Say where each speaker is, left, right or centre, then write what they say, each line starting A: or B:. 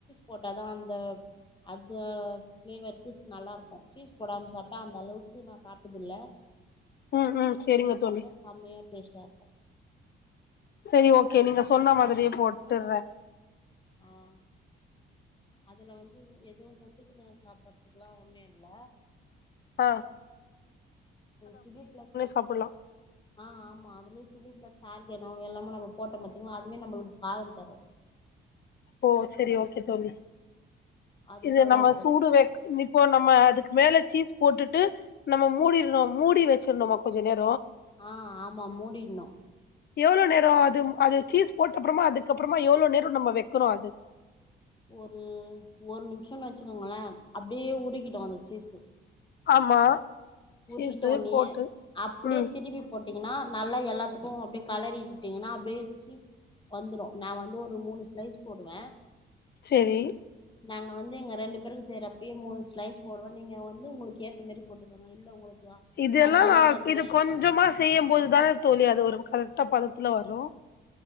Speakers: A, on the left (about 25°); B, on the left (about 55°).
A: போட்டாதான் அந்த அது ஃப்ளேவருக்கு நல்லருக்கும் சீஸ் போடாம சாப்புட்டா அந்த அளவுக்கு நான் சாப்டதுல்ல
B: ம் ம்
A: சீஸ்
B: செரிங்க
A: போட்டு சாப்ட்டா
B: தோழி
A: செம்ய டெஷ்ட இருக்கும்
B: சரி ஓகே நீங்க சொன்ன மாதிரியே போட்டறேன்
A: ஆஹ் அதுல வந்து எதுவும் தொட்டுக்குன் சாப்படுறதுக்குெல்லாம் ஒண்ணும் இல்ல
B: ஆஹ்
A: சில்லி பிக்
B: சாப்புட்லா
A: ஆஹ் ஆமா அதுலயே சில்லி பிளேஸ் ஆர்கானோ எல்லாம நம்ம போட்ட மாத்திங்கனா அதுமே நம்மளுக்கு காலம் தரும்
B: ஓ சரி ஓகே தோழி
A: அது
B: இது
A: நல்லா
B: நம்ம
A: இருக்கு
B: சூடு வெ இப்போ நம்ம அதுக்கு மேல சீஸ் போட்டுட்டு நம்ம மூடிணும் மூடி வச்சிருணுமா கொஞ்சம் நேரம்
A: ஆஹ் ஆமா மூடிடணும்
B: எவ்ளோ நேரம் அது அது சீஸ் போட்ட அப்பறமா அதுக்கப்பறமா எவ்ளோ நேரம் நம்ம வைக்கிரோம் அது
A: ஒரு ஒரு நிமிஷம்னு வச்சுக்கோங்களேன் அப்டியே உறுகிடும் அந்த சீஸ்
B: ஆமா
A: உருகிட்ட
B: சீஸு
A: ஒடனேய
B: போட்டு
A: நீ அப்டியே
B: ம்
A: திருப்பி போட்டு ஏன்னா நல்லா எல்லாத்துக்கும் அப்டியே கலறிட்டுட்டீங்கன்னா அப்டியே சீஸ் வந்துடும் நான வந்து ஒரு மூணு ஸ்லைஸ் போடுவேன்
B: செரி
A: நாங்க வந்து எங்க ரெண்டு பேருக்கு செய்றப்பயே மூணு ஸ்லைஸ் போடுவேன் நீங்க வந்து உங்களுக்கு ஏத்த மாரி போட்டுகோங்க இல்ல உங்களுக்கு
B: இதெல்லாம்
A: அந்த அளவுக்கு
B: நான
A: அது
B: இது
A: வேணா
B: கொஞ்சமா செய்யும் போதுதானே தோலி அது ஒரு கரெக்டா பதத்த இல்லவரும்